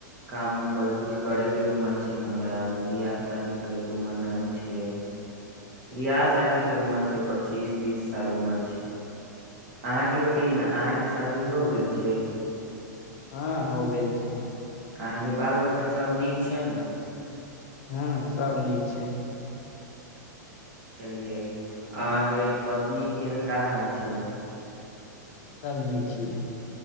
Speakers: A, on the right; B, on the left.
A: काम उम कर कुछ करे के उमर छै हमरा अभी बियाह शादी करे के उमर नानू छै बियाह शादी के उमर छै पच्चीस तीस साल उमर छै अहाँ के बतैयै न अहाँके शादी हो गेल छै
B: हँ हो गेल छी
A: अहाँके बाल बच्चा सब नीक छै ने
B: हँ सब नीक छै
A: चलियै अहाँके पत्नी के का हाल छै
B: सब नीक छै